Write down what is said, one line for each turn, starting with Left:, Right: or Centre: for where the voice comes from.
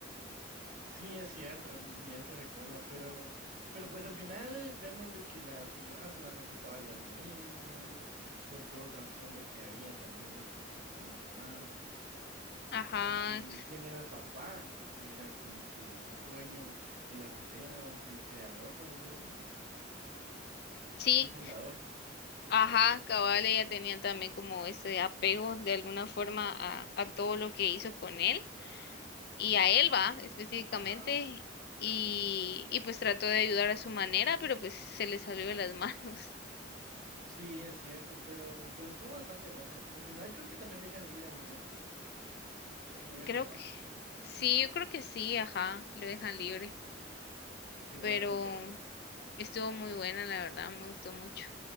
Right: Sí, es cierto, ni él se recuerda, pero, pero pues al final vemos de que la señora solamente estaba ayudando al niño, por todo el trasfondo que había también de qué pasó con la mamá.
Left: Ajá,
Right: ¿Y quién era el papá? Que era como que el dueño de la arboleda o el creador, por decirlo así,
Left: sí,
Right: el fundador.
Left: ajá, cabal, ella tenía también como ese apego de alguna forma a, a todo lo que hizo con él. y a él va específicamente
Right: Ajá.
Left: y, y pues trató de ayudar a su manera, pero pues se le salió de las manos. <laughs>
Right: Sí, es cierto, pero, pero estuvo bastante buena. Al final creo que también dejan libre al niño, ¿no? Porque no era
Left: Creo
Right: culpable.
Left: que sí, yo creo que sí, ajá, lo dejan libre,
Right: Qué buena
Left: pero
Right: temporada.
Left: estuvo muy buena, la verdad, me gustó mucho.